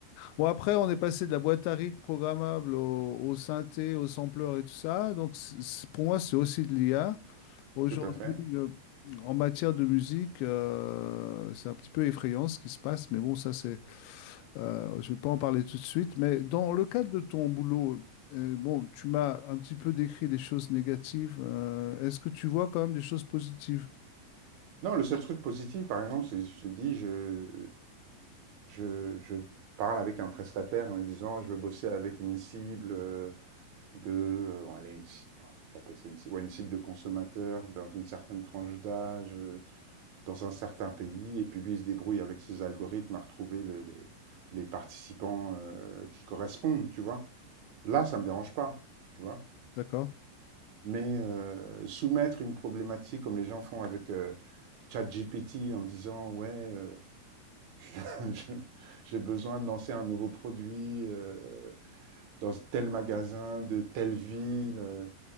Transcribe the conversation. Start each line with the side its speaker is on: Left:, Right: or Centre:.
Left: Bon, après, on est passé de la boîte à rythme programmable au, au synthé, au sampler et tout ça. Donc, c- c- pour moi, c'est aussi de l'IA. Aujourd'hui,
Right: Tout à fait.
Left: euh, en matière de musique, euh, c'est un petit peu effrayant ce qui se passe. Mais bon, ça, c'est, euh, je vais pas en parler tout de suite. Mais dans le cadre de ton boulot, euh, bon, tu m'as un petit peu décrit des choses négatives. Euh, est-ce que tu vois quand même des choses positives?
Right: Non, le seul truc positif, par exemple, c'est, je te dis, je, Je, je parle avec un prestataire en lui disant, je veux bosser avec une cible euh, de, euh, bon, allez, une ci- j'appelle ça une cible, ouais, une cible de consommateur dans une certaine tranche d'âge, euh, dans un certain pays, et puis lui il se débrouille avec ses algorithmes à retrouver le- le- les participants euh, qui correspondent, tu vois. Là, ça me dérange pas, tu vois.
Left: D'accord?
Right: Mais euh, soumettre une problématique comme les gens font avec euh, ChatGPT en disant, ouais. euh, <laughs> Je- J'ai besoin de lancer un nouveau produit euh, euh, dans tel magasin de telle ville euh,